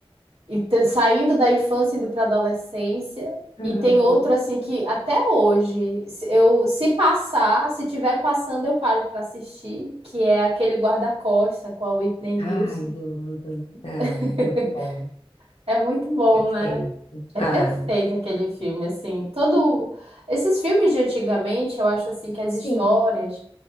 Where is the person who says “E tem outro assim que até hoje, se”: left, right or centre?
Right